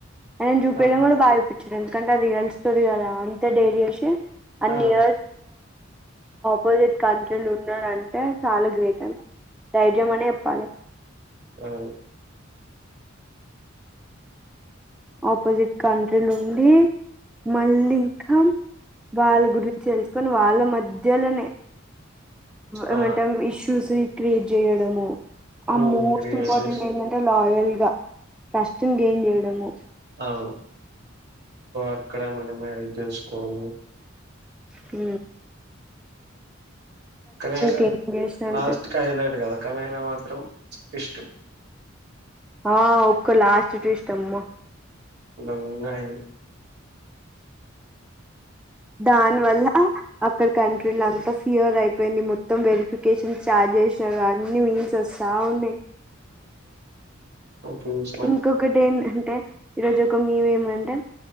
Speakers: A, in the centre; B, on the right.
A: ఆయను చూపి వెళ్డం
B: ఆహా
A: కూడా బాగా చూపించాడు ఎందుకంటే ఆ రియల్ స్టోరీ కదా అంత డైరీ వసి అ
B: ఆ
A: నియర్స్ పజిట్ క ఉన్నాడుంటే చాలా గ్రేట్ ధైర్యం అని చెప్పాలి
B: ఆ
A: ఆపోజిట్ కంట్రీలుండి మళ్ళీ ఇంకా వాళ్ళ గురించి తెలుసుకొని వాళ్ళ మధ్యలోనే ఏమంటా
B: ఆ
A: ఇష్యూస్ క్రియేట్ చేయడము
B: హ్మ్
A: ఆ మోస్ట్
B: త్రీ
A: ఇంపార్టెంట్
B: ఇయర్స్
A: ఏంటంటే లాయల్ గా ఫస్ట్ని గెయిన్ చేయడము
B: అను అక్కడ ఏమనా మ్యారేజ్ చేసుకోను
A: హ
B: కానీ సమ్లాస్ట్
A: గెయిన్ చేసినంక
B: క హైలైట్ కదా కనన మాత్రం స్ ఇష్టు
A: ఆ ఒక్క లాస్ట్ విస్ట్ అమ్మ
B: దొంగ ఆయన
A: దాని వల్ల అక్కడ కంట్రీలంతా ఫిూర్ అయిపో మొత్తం వెరిఫికేషన్ చార్జ్ చేసిన కాని మీన్స్ వస్తా ఉన్నాయి
B: చూసిన
A: ఇంకొకటి ఏం అంటే ఈరోజు ఒక మవ ఏమంటే